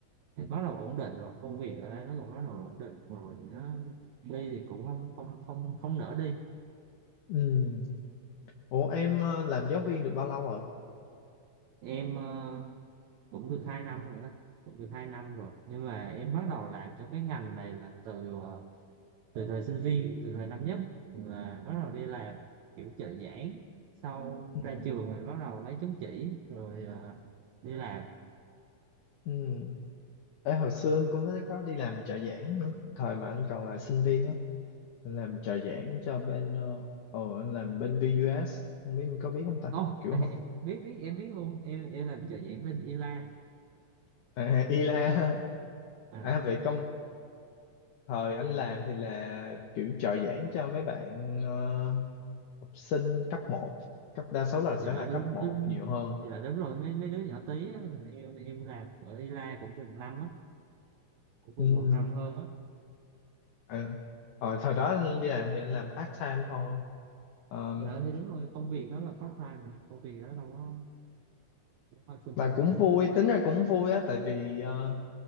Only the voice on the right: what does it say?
bắt đầu ổn định rồi công việc ở đây nó cũng bắt đầu ổn định rồi nó đi thì cũng không không không không nỡ đi
em ờ, cũng được hai năm rồi đó cũng được hai năm rồi nhưng mà em bắt đầu làm trong cái ngành này là từ ờ, từ thời sinh viên từ thời năm nhất là bắt đầu đi làm kiểu trợ giảng sau
ra trường thì bắt đầu lấy chứng chỉ rồi ờ, đi làm
Ồ,
à,
à, biết biết em biết luôn em em làm trợ giảng bên Ila
à
dạ
đúng
đúng
dạ đúng rồi mấy mấy đứa nhỏ tí á, em em làm ở Ila cũng được năm á cũng
được một năm hơn á
dạ thì đúng rồi công việc đó là part time mà. công việc đó đâu có đâu phải full
time
đâu